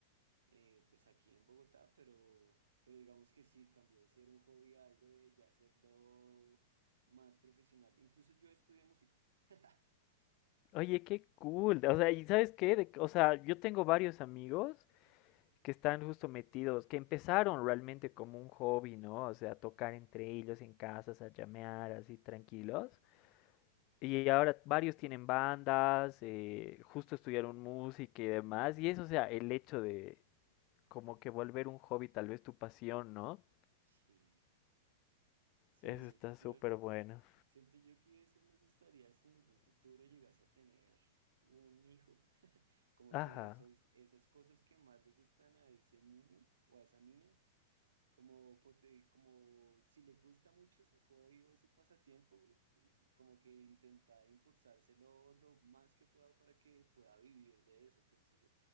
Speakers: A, on the right; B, on the left.
A: eh, pues aquí en Bogotá, pero, pero digamos que sí, cambió de ser un hobby a algo de ya hacerlo más profesional. Incluso yo estudié música. <laughs>
B: Oye, qué cool. O sea, ¿y sabes qué? De- o sea, yo tengo varios amigos que están justo metidos, que empezaron realmente como un hobby, ¿no? O sea, tocar entre ellos en casas, a llamear así tranquilos. Y ahora varios tienen bandas, eh, justo estudiaron música y demás. Y eso, o sea, el hecho de como que volver un hobby, tal vez tu pasión, ¿no?
A: Sí, sí,
B: Eso
A: siento
B: está
A: yo.
B: súper bueno.
A: Siento yo que eso me gustaría si en algún futuro llegase a tener un hijo, como
B: Ajá.
A: que esos, esas cosas que más le gustan a ese niño o a esa niña, como, pote- como si le gusta mucho su hobby o su pasatiempo, como que intentar impulsárselo lo más que pueda para que pueda vivir de eso, pienso yo,